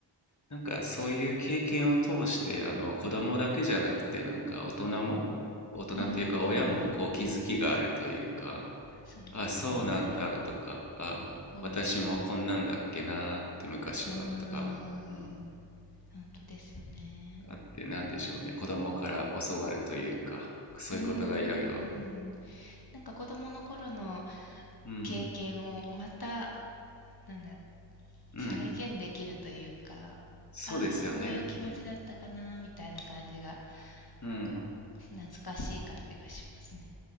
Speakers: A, on the left; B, on the left.
A: なんかそういう経験を通して、あの、子供だけじゃなくて、なんか大人も、大人というか親もこう気づきがあるというか、
B: うーん、そうですね。
A: あ、そうなんだとか、あ、
B: こ
A: 私もこんなんだっけなって昔はとか、
B: う、うーん、
A: うん
B: 本当ですよね。
A: あってなんでしょうね子供から教わるというかそういうことがいろいろ
B: うーん、なんか子供の頃の
A: うん
B: 経験をまた、なんだ、
A: うん
B: 再現できるというか、
A: そうですよねうん
B: ああ、こういう気持ちだったかな、みたいな感じが、なんか、
A: うん
B: 懐かしい感じがしますね。